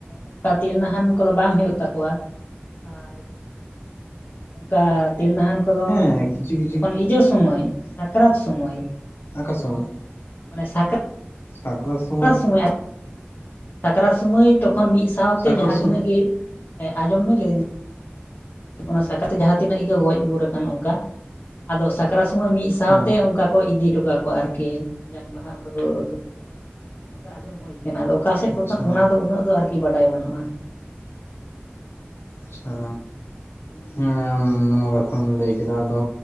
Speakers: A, on the left (about 55°); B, on the left (about 70°).
A: ᱚᱱᱠᱟ ᱛᱮᱞ ᱱᱟᱦᱟᱱ ᱠᱚᱫᱚ ᱵᱟᱝ ᱦᱩᱭᱩᱜ ᱛᱟᱠᱚᱣᱟ ᱟᱨ ᱚᱱᱠᱟ ᱛᱤᱞᱱᱟᱦᱟᱱ ᱠᱚᱫᱚ
B: ᱦᱮᱸ ᱠᱤᱪᱷᱩ ᱠᱤᱪᱷᱩ
A: ᱡᱚᱠᱷᱚᱱ ᱤᱡᱚᱜ ᱥᱩᱢᱟᱹᱭ ᱥᱟᱠᱨᱟᱛ ᱥᱚᱢᱚᱭ
B: ᱟᱠᱟᱥᱚᱢᱚᱭ
A: ᱚᱱᱮ ᱥᱟᱛ
B: ᱥᱟᱠᱨᱟᱛ ᱥᱚᱢᱚᱭ
A: ᱥᱟᱠᱨᱟᱛ ᱥᱚᱢᱚᱭ ᱦᱮ ᱥᱟᱠᱨᱟᱛ ᱥᱚᱢᱚᱭ ᱛᱚᱠᱷᱚᱱ ᱢᱤᱫ ᱥᱟᱶᱛᱮ
B: ᱥᱟᱠᱨᱟᱛ
A: ᱡᱟᱦᱟᱸ
B: ᱥᱚᱢᱚᱭ
A: ᱛᱤᱱᱟᱹᱜ ᱜᱮ ᱦᱮᱸᱡᱚᱢ ᱢᱮ ᱞᱟᱹᱭ ᱱᱮ ᱚᱱᱟ ᱥᱟᱠᱟᱨᱟᱛᱮ ᱡᱟᱦᱟᱸ ᱛᱤᱱᱟᱹᱜ ᱜᱮᱠᱚ ᱜᱚᱡ ᱜᱩᱨ ᱟᱠᱟᱱ ᱚᱱᱠᱟ ᱟᱫᱚ ᱥᱟᱠᱨᱟᱛ ᱥᱚᱢᱚᱭ ᱢᱤᱫ ᱥᱟᱶᱛᱮ
B: ᱦᱮᱸ
A: ᱚᱱᱠᱟ ᱠᱚ ᱤᱫᱤ ᱦᱚᱴᱚᱠᱟ ᱠᱚᱣᱟ ᱟᱨᱠᱤ ᱡᱟᱝ ᱵᱟᱦᱟ ᱚᱱᱠᱟ ᱠᱚ ᱩᱛᱩ ᱦᱚᱴ ᱠᱟᱜᱼᱟ ᱚᱱᱠᱟ ᱟᱸᱡᱚᱢ ᱦᱩᱭ ᱮᱱᱟ ᱟᱫᱚ ᱚᱠᱟᱥᱮᱫ
B: ᱟᱪᱪᱷᱟ
A: ᱛᱚᱠᱷ ᱚᱱᱟ ᱫᱚ ᱩᱱᱟᱹᱜ ᱫᱚ ᱟᱨᱠᱤ ᱵᱟᱰᱟᱭ ᱵᱟᱹᱱᱩᱜᱼᱟ ᱾
B: ᱟᱪᱪᱷᱟ ᱦᱮᱸ ᱟᱢ ᱱᱚᱶᱟ ᱠᱟᱛᱷᱟᱢ ᱞᱟᱹᱭ ᱠᱮᱫᱟ ᱟᱫᱚ